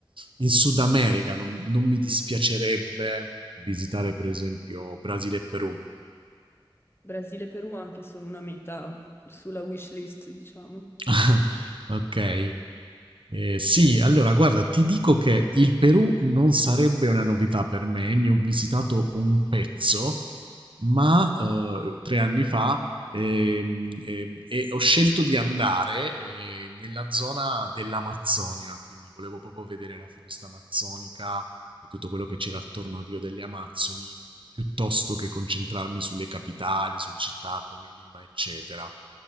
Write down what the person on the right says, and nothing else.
in Sud America non non mi dispiacerebbe visitare per esempio Brasile e Perù.
<laughs> Okay. Eh, sì, allora guarda, ti dico che il Perù non sarebbe una novità per me, eh. ne ho visitato un pezzo, ma eh, tre anni fa ehm, ehm, e ho scelto di andare eh, nella zona dell'Amazzonia, quindi volevo proprio vedere la foresta amazzonica e tutto quello che c'era attorno al Rio delle Amazzoni, piuttosto che concentrarmi sulle capitali, sulle città come Lima, eccetera.